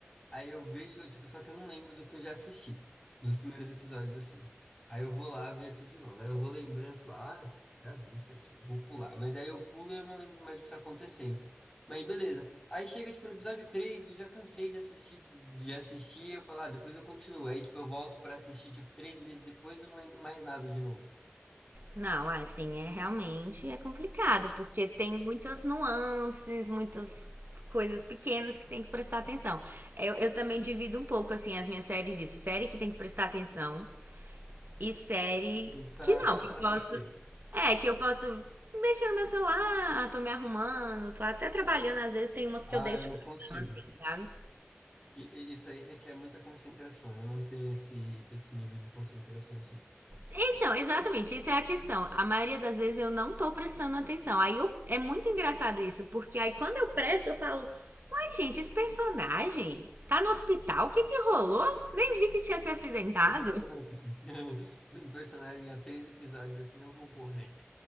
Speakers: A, on the left (about 15°); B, on the right (about 50°).
A: aí eu vejo, tipo, só que eu não lembro do que eu já assisti, dos primeiros episódios, assim. Aí eu vou lá ver tudo de novo, aí eu vou lembrando, falar, ah, já vi isso aqui, vou pular. Mas aí eu pulo e eu não lembro mais o que tá acontecendo. Mas beleza. Aí chega, tipo, no episódio 3, eu já cansei de assistir, de assistir, eu falo, ah, depois eu continuo. Aí, tipo, eu volto pra assistir, tipo, três meses depois eu não lembro mais nada de novo.
B: Não, assim, é realmente é complicado, porque tem muitas nuances, muitas coisas pequenas que tem que prestar atenção. Eu, eu também divido um pouco, assim, as minhas séries disso. Série que tem que prestar atenção e série
A: E pra,
B: que não,
A: só
B: que
A: pra
B: eu posso...
A: assistir.
B: É, que eu posso mexer no meu celular, tô me arrumando, tô até trabalhando. Às vezes tem umas
A: Ah,
B: que eu deixo
A: eu não
B: passando,
A: consigo.
B: assim, sabe?
A: E, e isso aí requer muita concentração. Eu não tenho esse, esse nível de concentração assim.
B: Então, exatamente, isso é a questão. A maioria das vezes eu não tô prestando atenção. Aí eu- é muito engraçado isso, porque aí quando eu presto, eu falo: Uai, gente, esse personagem tá no hospital? O que que rolou? Nem vi que tinha se acidentado.
A: <laughs> Um personagem há três episódios assim, eu vou morrer.